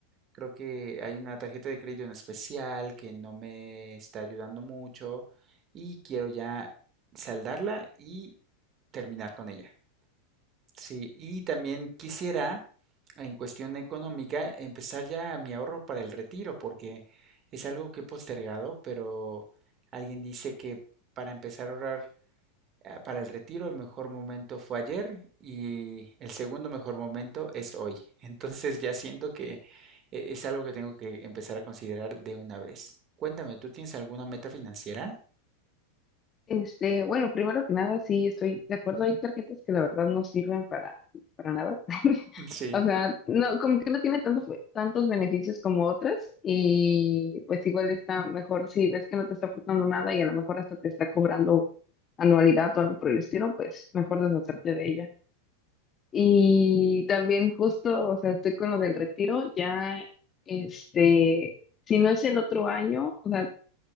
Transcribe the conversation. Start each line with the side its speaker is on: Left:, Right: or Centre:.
Right: Creo que hay una tarjeta de crédito en especial que no me está ayudando mucho y quiero ya saldarla y terminar con ella. Sí, y también quisiera, en cuestión económica, empezar ya mi ahorro para el retiro, porque es algo que he postergado, pero alguien dice que para empezar a ahorrar Ah, Para el retiro el mejor momento fue ayer y el segundo mejor momento es hoy. <laughs> Entonces ya siento que eh, es algo que tengo que empezar a considerar de una vez. Cuéntame, ¿tú tienes alguna meta financiera?
Left: Este, bueno, primero que nada, sí, estoy de acuerdo. Hay tarjetas que la verdad no sirven para, para nada. <laughs>
Right: Sí.
Left: O sea, no, como que no tiene tantos tantos beneficios como otras y pues igual está mejor si ves que no te está aportando nada y a lo mejor hasta te está cobrando anualidad o algo por el estilo, pues mejor deshacerte de ella. Y también justo, o sea, estoy con lo del retiro, ya, este, si no es el otro año, o sea,